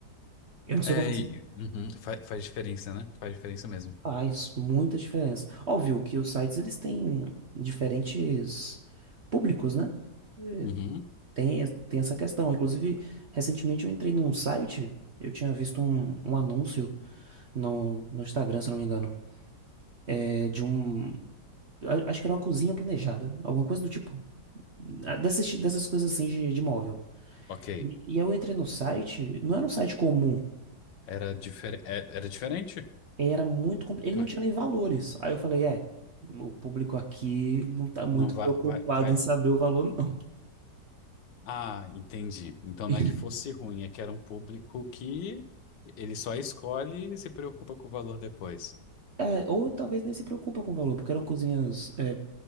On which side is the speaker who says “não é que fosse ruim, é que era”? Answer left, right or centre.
Left